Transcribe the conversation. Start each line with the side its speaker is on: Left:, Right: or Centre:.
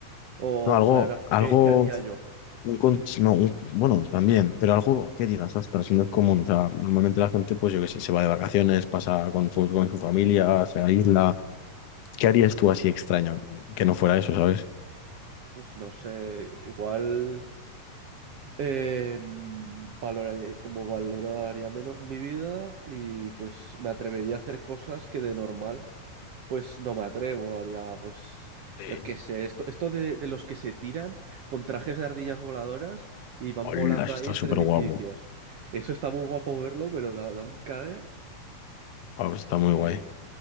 Right: O
Left: No, algo,
Right: en plan, algo
Left: algo,
Right: que, que haría yo.
Left: un con- no, un- bueno, también, pero algo que digas, ostras, no es común. O sea, normalmente la gente, pues yo qué sé, se va de vacaciones, pasa con su, con su familia, se aísla ¿Qué harías tú así extraño? Que no fuera eso, ¿sabes?
Right: Pues no sé, igual eh, valoraré- como valoraría menos mi vida y pues me atrevería a hacer cosas que de normal pues no me atrevo, haría pues
Left: Eh,
Right: yo qué sé, esto, esto de, de los que se tiran con trajes de ardillas voladoras y van
Left: hola,
Right: volando
Left: eso
Right: ahí
Left: está
Right: entre
Left: súper
Right: edificios.
Left: guapo.
Right: Eso está muy guapo verlo, pero da, da un cague
Left: Wow, está muy
Right: que,
Left: guay.